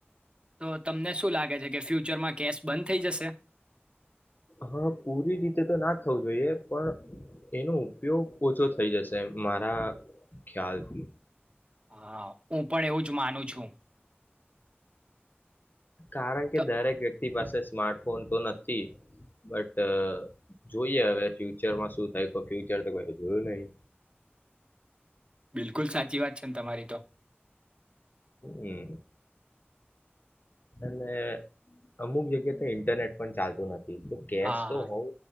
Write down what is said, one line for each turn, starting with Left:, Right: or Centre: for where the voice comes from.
Right: તો તમને શું લાગે છે કે ફ્યુચરમાં કેશ બંધ થઈ જશે
Left: હા પૂરી રીતે તો ના થવું જોઈએ પણ એનો ઉપયોગ ઓછો થઈ જશે મારા ખ્યાલથી
Right: હા હું પણ એવું જ માનું છું
Left: કારણ કે
Right: તો
Left: દરેક આપ પાસે સ્માર્ટફોન તો નથી બટ જોઈએ હવે ફ્યુચરમાં શું થાય ફ્યુચર તો જોયું નહી
Right: બિલકુલ સાચી વાત છે છે તમારી તો
Left: હમ અને અમુક જગ્યા તો ઇન્ટરનેટ પણ ચાલતુ નથી કેસ
Right: હા
Left: તો હોવ